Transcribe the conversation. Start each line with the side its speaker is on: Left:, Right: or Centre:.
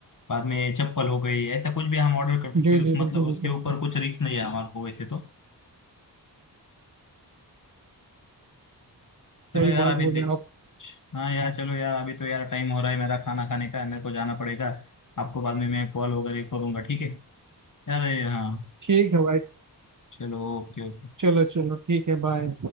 Left: बाद में चप्पल हो गई ऐसा कुछ भी हम ऑर्डर कर सकते
Right: जी
Left: हैं
Right: जी
Left: उस
Right: बिल्कुल
Left: मतलब
Right: बिल्कुल
Left: उसके ऊपर कुछ रिस्क नहीं है हमारे को वैसे तो चलो
Right: सही
Left: यार
Right: बात
Left: अभी
Right: बोले
Left: देख
Right: आप
Left: हाँ यार चलो यार अभी तो यार टाइम हो रहा है मेरा खाना खाने का मेरे को जाना पड़ेगा आपको बाद में मैं कॉल वगैरह करूँगा ठीक है यार ये, हाँ
Right: ठीक है भाई
Left: चलो ओके ओके
Right: चलो चलो ठीक है बाय